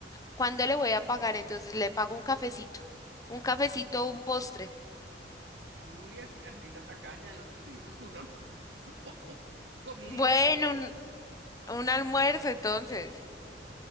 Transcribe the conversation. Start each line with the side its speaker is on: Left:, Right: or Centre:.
Left: ¿Cuándo le voy a pagar? Entonces le pago un cafecito, un cafecito, un postre.
Right: Uy, An- Angelita Tacaña, y nosotros dijimos que un almuerzo, <laughs> comidita,
Left: Bueno,
Right: comidita.
Left: un, un almuerzo entonces.